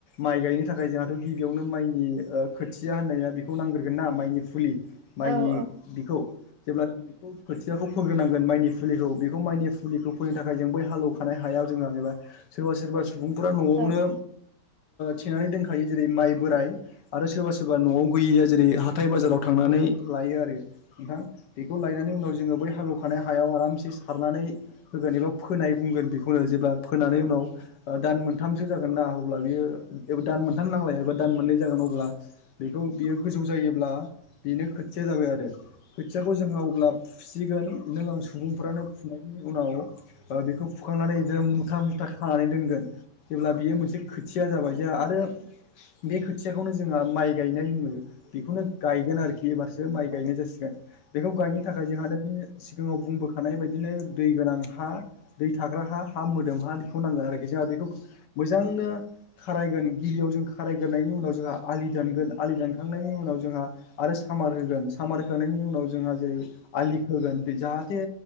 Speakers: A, on the left (about 80°); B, on the right (about 65°).
A: माइ गायनो थाखाय जोंहाथ' गिबियावनो माइनि ओ खोथिया। हानाया बेखौ नांग्रोगोन ना माइनि फुलि माइनि
B: औ
A: बेखौ जेब्ला जों बेखौ खोथियाखौ फोग्रोनांगोन माइनि फुलिखौ बेखौ माइनि फुलिखौ फोनो थाखाय जों बै हालेवखानाय हाया। जोंबा सोरबा सोरबा सुबुंफोरा न'आवनो।
B: औ
A: थेनानै दोनखायो जेरै माइ बोराइ आरो सोरबा सोरबा न'आव गैयिया जेरै हाथाय बाजाराव थांनानै। लायो आरो नोंथां बेखौ लायनानै उनाव जोङो बै हाल्रखानाय हायाव आरामसे सारनानै। होगोन एबा फोनाय बुंगोन बेखौनो जेब्ला फोनानै उनाव। दान मोनथामसो जागोन ना अब्ला बियो एा दान मोनथाम नांलाया एबा दान मोननै जागोन अब्ला बेखौ बियो गोजौ जायोब्ला बेनो खोथिया जाबाय आरो। खोथियाखौ जोंहा अब्ला फुसिगोन नों आं सुबुंफ्रानो फुनायनि उनाव बेखौ हुखांनानै जों मुथा मुथा खानानै दोनगोन जेब्ला बियो मोनसे खोथिया जाबाय जोंहा आरो बे खोथियाखौनो जोंहा मा माइ गायनाय होनो बेखौनो गायगोन आरोखि एबारसो माइ गायनाय
B: औ
A: जासिगोन। बेखौ गायनो थाखाय जोंहानो बे सिगाङाव बुंबोखानाय बदिनो दै गोनां हा दै थाग्रा हा। हा मोदोम हा। नांगोन आरोखि जोंहा बेखौ मोजांनो खारायगोन गिबियाव जों खारायग्रोनायनायनि उनाव जोंहा आलि। दानगोन आलि दानखांनायनि उनाव जोंहा आरो सामार होगोन सामार होखांनायनि उनाव जोंहा जेरै आय लि खोगोन जाहाथे